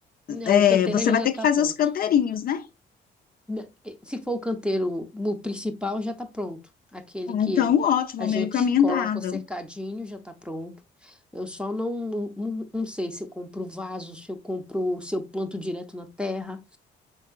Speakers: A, in the centre; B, on the left.
A: Não,
B: é,
A: o canteiro
B: você
A: ele
B: vai
A: já
B: ter
A: está
B: que fazer
A: pronto.
B: os canteirinhos, né?
A: Na- eh, Se for o canteiro o principal, já está pronto. Aquele
B: Ah,
A: que
B: Então, ótimo,
A: a gente
B: meio caminho
A: coloca
B: andado.
A: o cercadinho já está pronto. Eu só não, não, não- não sei se eu compro vaso, se eu compro, se eu planto direto na terra.